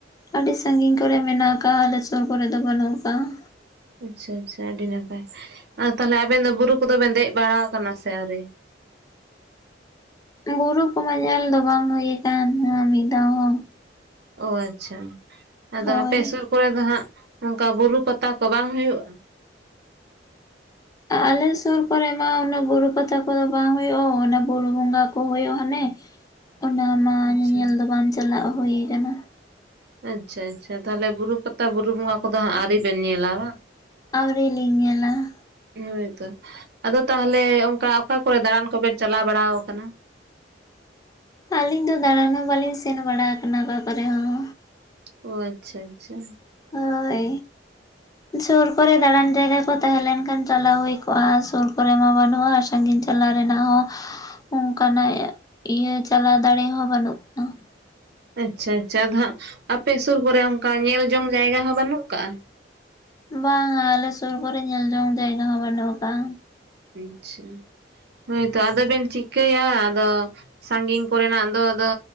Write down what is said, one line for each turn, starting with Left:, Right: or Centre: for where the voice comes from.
Left: ᱟᱹᱰᱤ ᱥᱟᱺᱜᱤᱧ ᱠᱚ ᱨᱮ ᱢᱮᱱᱟᱜ ᱠᱟᱜᱼᱟ, ᱟᱞᱮ ᱥᱳᱨ ᱠᱚᱨᱮ ᱫᱚ ᱵᱟᱹᱱᱩᱜ ᱠᱟᱜᱼᱟ ᱾
Right: ᱟᱪᱪᱷᱟ ᱟᱪᱪᱷᱟ ᱟᱹᱰᱤ ᱱᱟᱯᱟᱭ, ᱟᱨ ᱛᱟᱦᱚᱞᱮ ᱟᱵᱮᱱ ᱫᱚ ᱵᱩᱨᱩ ᱠᱚ ᱫᱚ ᱵᱤᱱ ᱫᱮᱡ ᱵᱟᱲᱟ ᱠᱟᱱᱟ ᱥᱮ ᱟᱹᱣᱨᱤ?
Left: ᱵᱩᱨᱩ ᱠᱚ ᱢᱟ ᱧᱮᱞ ᱫᱚ ᱵᱟᱝ ᱦᱩᱭ ᱠᱟᱱ ᱢᱤᱫ ᱫᱷᱟᱣ ᱦᱚᱸ ᱾
Right: ᱚ ᱟᱪᱪᱷᱟ, ᱟᱫᱚ
Left: ᱦᱳᱭ᱾
Right: ᱟᱯᱮ ᱥᱩᱨ ᱠᱚ ᱨᱮ ᱫᱚ ᱦᱟᱸᱜ ᱚᱱᱠᱟ ᱵᱩᱨᱩ ᱯᱟᱛᱟ ᱠᱚ ᱵᱟᱝ ᱦᱩᱭᱩᱜ?
Left: ᱟᱞᱮ ᱥᱩᱨ ᱠᱚ ᱨᱮ ᱢᱟ ᱚᱱᱟ ᱵᱩᱨᱩ ᱯᱟᱛᱟ ᱠᱚ ᱫᱚ ᱵᱟᱝ ᱦᱳᱭᱳᱜᱼᱟ, ᱚᱱᱟ ᱵᱩᱨᱩ ᱵᱚᱸᱜᱟ ᱠᱚ ᱦᱳᱭᱳᱜ ᱦᱟᱱᱮ ᱾
Right: <inaudible>
Left: ᱚᱱᱟ ᱢᱟ
Right: ᱟᱪᱪᱷᱟ
Left: ᱧᱮᱧᱮᱞ ᱫᱚ ᱵᱟᱝ ᱪᱟᱞᱟᱜ ᱦᱩᱭ ᱠᱟᱱᱟ ᱾
Right: ᱟᱪᱪᱷᱟ ᱟᱪᱪᱷᱟ, ᱛᱟᱦᱚᱞᱮ ᱵᱩᱨᱩ ᱯᱟᱛᱟ ᱵᱩᱨᱩ ᱵᱚᱸᱜᱟ ᱠᱚ ᱫᱚ ᱦᱟᱸᱜ ᱟᱹᱣᱨᱤ ᱵᱮᱱ ᱧᱮᱞᱟ ᱵᱟᱝ ᱾
Left: ᱟᱹᱣᱨᱤ ᱞᱤᱧ ᱧᱮᱞᱟ ᱾
Right: ᱦᱳᱭ ᱛᱚ, ᱟᱫᱚ ᱛᱟᱦᱚᱞᱮ ᱚᱱᱠᱟ ᱚᱠᱟ ᱠᱚ ᱨᱮ ᱫᱟᱬᱟᱱ ᱠᱚᱵᱮᱱ ᱪᱟᱞᱟᱣ ᱵᱟᱲᱟ ᱠᱟᱱᱟ?
Left: ᱟᱹᱞᱤᱧ ᱫᱚ ᱫᱟᱬᱟᱱ ᱦᱚᱸ ᱵᱟᱹᱞᱤᱧ ᱥᱮᱱ ᱵᱟᱲᱟ ᱠᱟᱱᱟ ᱚᱠᱟ ᱠᱚᱨᱮ ᱦᱚᱸ ᱾
Right: ᱚ ᱟᱪᱪᱷᱟ ᱟᱪᱪᱷᱟ ᱾
Left: ᱦᱳᱭ ᱾ ᱥᱩᱨ ᱠᱚᱨᱮ ᱫᱟᱬᱟᱱ ᱡᱟᱭᱜᱟ ᱠᱚ ᱛᱟᱦᱮᱸ ᱞᱮᱱ ᱠᱷᱟᱱ ᱪᱟᱞᱟᱣ ᱦᱩᱭ ᱠᱚᱜᱼᱟ, ᱥᱩᱨ ᱠᱚ ᱨᱮ ᱢᱟ ᱵᱟᱹᱱᱩᱜᱼᱟ ᱾ ᱥᱟᱺᱜᱤᱧ ᱪᱟᱞᱟᱣ ᱨᱮᱱᱟᱜ ᱦᱚᱸ, ᱚᱱᱠᱟᱱᱟᱜ ᱤᱭᱟᱹ ᱪᱟᱞᱟᱣ ᱫᱟᱲᱮ ᱦᱚᱸ ᱵᱟᱹᱱᱩᱜᱼᱟ ᱾
Right: ᱟᱪᱪᱷᱟ ᱟᱪᱪᱷᱟ ᱾ ᱟᱫᱚ ᱦᱟᱸᱜ ᱟᱯᱮ ᱥᱩᱨ ᱠᱚ ᱨᱮ ᱚᱱᱠᱟ ᱧᱮᱞ ᱡᱚᱝ ᱡᱟᱭᱜᱟ ᱦᱚᱸ ᱵᱟᱹᱱᱩᱜ ᱠᱟᱜᱼᱟ?
Left: ᱵᱟᱝᱟ ᱟᱞᱮ ᱥᱳᱨ ᱠᱚ ᱨᱮ ᱧᱮᱞ ᱡᱚᱝ ᱡᱟᱭᱜᱟ ᱦᱚᱸ ᱵᱟᱹᱱᱩᱜ ᱠᱟᱜᱼᱟ ᱾
Right: ᱟᱪᱪᱷᱟ, ᱦᱳᱭ ᱛᱚ ᱟᱫᱚ ᱵᱮᱱ ᱪᱤᱠᱟᱹᱭᱟ ᱟᱫᱚ ᱾ ᱥᱟᱺᱜᱤᱧ ᱠᱚᱨᱮᱱᱟᱜ ᱫᱚ ᱟᱫᱚᱼᱼ